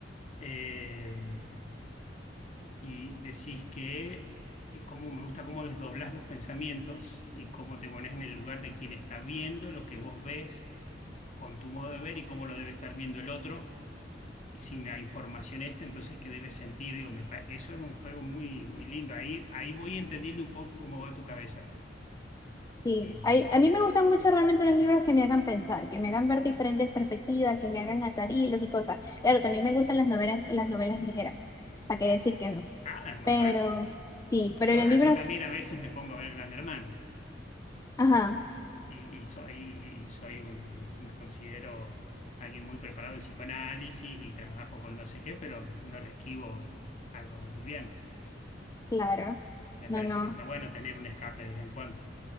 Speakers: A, on the left; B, on the left.
A: eh, y decís que eh, cómo me gusta cómo desdoblás los pensamientos y cómo te pones en el lugar de quien está viendo lo que vos ves con tu modo de ver y cómo lo debe estar viendo el otro y sin la información esta, entonces qué debes sentir. Digo, me pa- eso es un juego muy, muy lindo. Ahí, ahí voy entendiendo un poco cómo va tu cabeza.
B: Sí,
A: Y,
B: hay- a mí me gustan mucho realmente los libros que me hagan pensar, que me hagan ver diferentes perspectivas, que me hagan atar hilos y cosas. Claro, también me gustan las novelas, las novelas ligeras, ¿para qué decir que no?
A: ah, más
B: Pero
A: vale.
B: sí, pero
A: Yo,
B: los
A: ah,
B: libros,
A: yo también a veces me pongo a ver Gran Hermano.
B: ajá,
A: y, y soy, y soy un, me considero alguien muy preparado en psicoanálisis y trabajo con no sé qué, pero no le esquivo a lo liviano.
B: claro,
A: Me
B: no,
A: parece
B: no,
A: que está bueno tener un escape de vez en cuando.